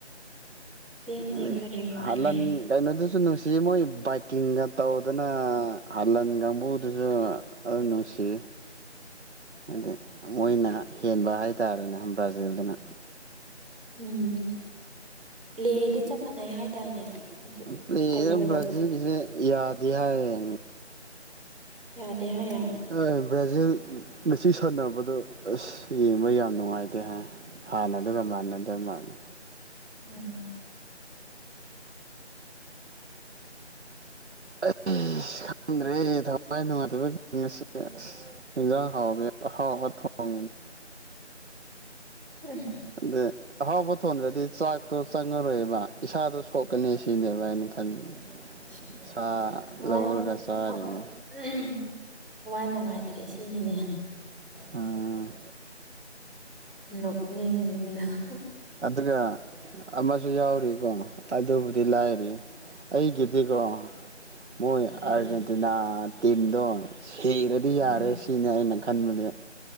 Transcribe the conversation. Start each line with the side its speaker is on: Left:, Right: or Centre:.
Centre: ꯄꯦꯟꯗꯦ
Right: ꯑꯗꯒꯤ
Centre: ꯀꯔꯤ ꯎꯄꯥꯏ
Right: ꯍꯥꯂꯟ
Centre: ꯂꯩ꯫
Right: ꯀꯩꯅꯣꯗꯨꯁꯨ ꯅꯨꯡꯁꯤ ꯃꯣꯏ ꯕꯥꯏꯛꯀꯤꯡꯒ ꯇꯧꯗꯅ ꯍꯥꯂꯟ ꯀꯥꯡꯕꯨꯗꯨꯁꯨ ꯑ ꯅꯨꯡꯁꯤ꯫ ꯑꯗꯩ ꯃꯣꯏꯅ ꯍꯦꯟꯕ ꯍꯥꯏꯇꯥꯥꯔꯦꯅꯦ ꯕ꯭ꯔꯥꯖꯤꯜꯗꯨꯅ꯫
Centre: ꯎꯝ ꯄ꯭ꯂꯦꯗꯤ ꯆꯞ ꯃꯥꯟꯅꯩ ꯍꯥꯏꯇꯥꯏꯅꯦ ꯍꯥꯏꯗꯤ
Right: ꯄ꯭ꯂꯦꯗ
Centre: ꯍꯩꯕꯗꯣ꯫
Right: <inaudible> ꯌꯥꯗꯦ ꯍꯥꯏꯌꯦ꯫
Centre: ꯌꯥꯗꯦ ꯍꯥꯏꯌꯦ꯫
Right: ꯍꫭꯏ ꯕ꯭ꯔꯥꯖꯤꯜ ꯉꯁꯤ ꯁꯥꯟꯅꯕꯗꯣ ꯑꯁ ꯌꯦꯡꯕ ꯌꯥꯝ ꯅꯨꯡꯉꯥꯏꯇꯦ ꯍꯥꯏ꯫ ꯍꯥꯟꯅ ꯗꯨꯒ ꯃꯥꯟꯅꯗꯕ ꯃꯥꯜꯂꯦ꯫
Centre: ꯎꯝ꯫
Right: ꯑꯩꯁ ꯈꯪꯗ꯭ꯔꯦ ꯊꯋꯥꯏ ꯅꯨꯡꯉꯥꯏꯇꯕꯒꯤ ꯉꯁꯤꯒ ꯑꯁ꯫ <unintelligible>
Centre: <unintelligible>
Right: <unintelligible> ꯑꯍꯥꯎꯕ ꯊꯣꯟꯗ꯭ꯔꯗꯤ ꯆꯥꯛꯇꯣ ꯆꯪꯉꯔꯣꯏꯕ ꯏꯁꯥꯗꯣ ꯁꯣꯛꯀꯅꯤ ꯁꯤꯅꯦꯕ ꯍꯥꯏꯅ ꯈꯟꯕ
Centre: <inaudible>
Right: ꯁꯥ
Centre: ꯊꯋꯥꯏ
Right: ꯂꯧꯔꯒ ꯆꯥꯔꯤꯅꯦ
Centre: ꯊ ꯎꯝ ꯊꯋꯥꯏ ꯅꯨꯡꯉꯥꯏꯇ꯭ꯔꯦ ꯁꯤꯅꯤꯅꯦ꯫
Right: ꯎꯝ꯫
Centre: ꯅꯣꯛꯅꯤꯡꯉꯤ ꯅꯪ꯫
Right: ꯑꯗꯨꯒ ꯑꯃꯁꯨ ꯌꯥꯎꯔꯤꯀꯣ ꯑꯗꯨꯕꯨꯗꯤ ꯂꯥꯏꯔꯤ ꯑꯩꯒꯤꯗꯤꯀꯣ ꯃꯣꯏ
Centre: ꯎꯝ
Right: ꯑꯥꯔꯖꯦꯟꯇꯤꯅꯥ ꯇꯤꯝꯗꯣ ꯁꯤꯔꯗꯤ
Centre: ꯎꯝ
Right: ꯌꯥꯔꯦ꯫ ꯁꯤꯅꯦ ꯑꯩꯅ ꯈꯟꯕꯗꯤ